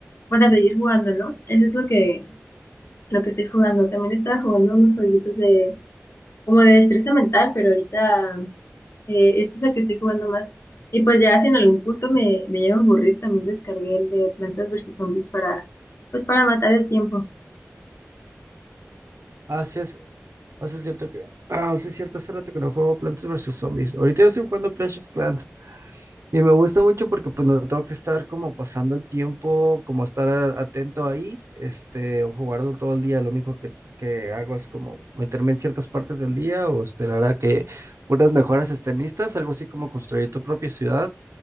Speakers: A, on the left; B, on the right.
A: pues a seguir jugando, ¿no? Eso es lo que, lo que estoy jugando. También estaba jugando unos jueguitos de como de destreza mental, pero ahorita eh, este es el que estoy jugando más. Y pues ya si en algún punto me, me llega a aburrir, también descargué el de Plantas versus Zombies para, pues para matar el tiempo.
B: Ah, sí es, ah, sí es cierto que, ah, sí es cierto, hace rato que no juego Plantas versus Zombies. Ahorita yo estoy jugando Clash of Clans, Y me gusta mucho porque pues no tengo que estar como pasando el tiempo, como estar a- atento ahí, este, o jugarlo todo el día. Lo único que, que hago es como meterme en ciertas partes del día o esperar a que unas mejoras estén listas, algo así como construir tu propia ciudad